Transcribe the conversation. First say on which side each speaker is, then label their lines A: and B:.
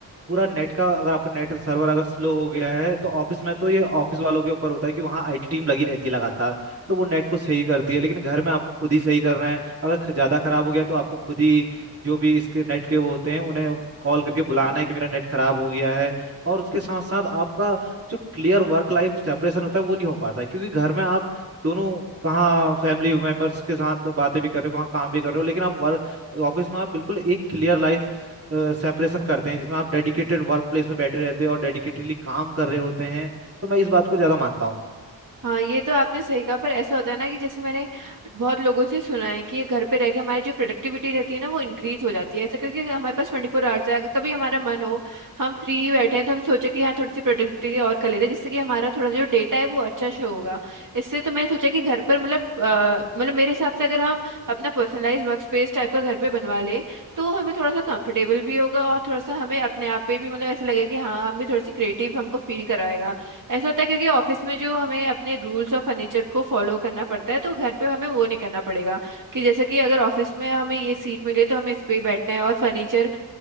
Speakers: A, on the right; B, on the right.
A: पूरा नेट का अगर आपका नेट सर्वर अगर स्लो हो गया है तो ऑफिस में तो ये ऑफिस वालों के ऊपर होता है कि वहाँ आईटी टीम लगी रहती है लगातार तो वो नेट को सही करती है लेकिन घर में आपको खुद ही सही करना है अगर ख- ज्यादा खराब हो गया तो आपको खुद ही जो भी इसके नेट के वो होते हैं उन्हें कॉल करके बुलाना
B: हम्म
A: है कि मेरा नेट खराब हो गया है और उसके साथ साथ आपका जो क्लियर वर्क लाइफ सेपरेशन होता है वो नहीं हो पाता है क्योंकि घर में आप दोनों कहाँ फैमिली मेंबर्स के साथ बातें भी कर रहे हो कहाँ काम भी कर रहे हो लेकिन आप वर्क ऑफिस में आप बिल्कुल एक क्लियर लाइफ सेपरेशन करते हैं जिसमें आप डेडिकेटेड वर्क प्लेस में बैठे रहते हैं और डेडिकेटेडली काम कर रहे होते हैं तो मैं इस
B: हम्म।
A: बात को ज़्यादा मानता हूँ
B: हाँ ये तो आपने सही कहा पर ऐसा होता है ना कि जैसे मैंने बहुत लोगों से सुना है कि घर पे रह के हमारी जो प्रोडक्टिविटी रहती है ना वो इंक्रीज हो जाती है ऐसा करके हमारे पास ट्वेंटी फोर आवर्स है अगर कभी हमारा मन हो हम फ्री बैठे हैं तो हम सोचे कि हाँ थोड़ी सी प्रोडक्टिविटी और कर लेते हैं जिससे कि हमारा थोड़ा जो डेटा है वो अच्छा शो होगा इससे तो मैंने सोचा कि घर पर मतलब अ, मतलब मेरे हिसाब से अगर हम अपना पर्सनलाइज वर्क स्पेस टाइप का घर पे बनवा ले तो हमें थोड़ा सा कंफर्टेबल भी होगा और थोड़ा सा हमें अपने आप पे भी मतलब ऐसा लगेगा कि हाँ हम भी थोड़ी सी क्रिएटिव हमको फील कराएगा ऐसा होता है क्योंकि ऑफिस में जो हमें अपने रूल्स और फर्नीचर को फॉलो करना पड़ता है तो घर पे हमें वो नहीं करना पड़ेगा कि जैसे कि अगर ऑफिस में हमें ये सीट मिले तो हमें इस पे ही बैठना है और फर्नीचर